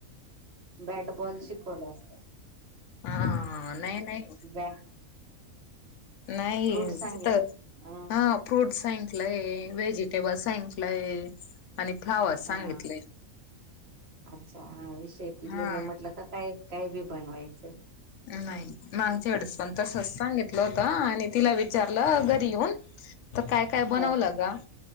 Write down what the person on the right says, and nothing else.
बॅटबॉल शिकवला असतं.
बॅ
फ्रूट सांगित
अ
हा
अच्छा हा विषय दिलेले
म्हटलं का काय काय बी बनवायचंय.
ह